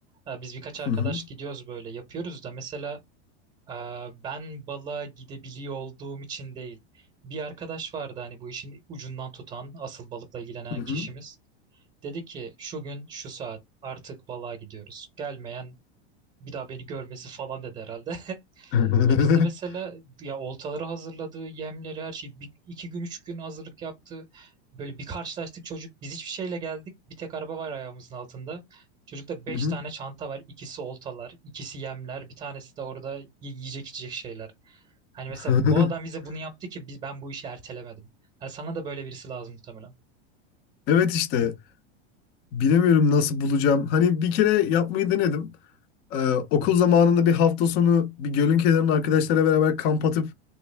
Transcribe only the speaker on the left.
Hı hı.
Hı
hı.
<laughs>
Hı hı.
<laughs>
Evet işte bilemiyorum nasıl bulacağım. Hani bir kere yapmayı denedim. Ee, okul zamanında bir hafta sonu bir gölün kenarında arkadaşlara beraber kamp atıp